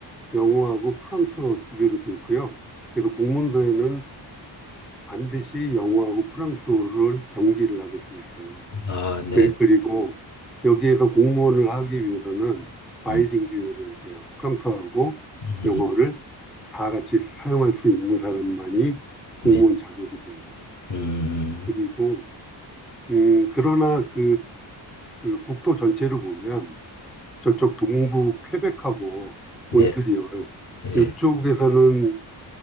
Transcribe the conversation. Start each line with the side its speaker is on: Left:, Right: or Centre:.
Centre: 영어하고 프랑스어 두 개로 돼 있고요. 그래서 공문서에는 반드시 영어하고 프랑스어를 병기를 하게 돼 있어요.
Left: 아, 네.
Centre: 그리- 그리고 여기에서 공무원을 하기 위해서는 바이링구얼
Left: 음.
Centre: 해야 돼요. 프랑스어하고
Left: 음,
Centre: 영어를 다 같이 사용할 수 있는 사람만이 공무원
Left: 네.
Centre: 자격이 돼요.
Left: 음,
Centre: 그리고 음, 그러나 그, 그 국토 전체를 보면 저쪽 동부 퀘벡하고
Left: 네.
Centre: 몬트리올
Left: 네.
Centre: 이쪽에서는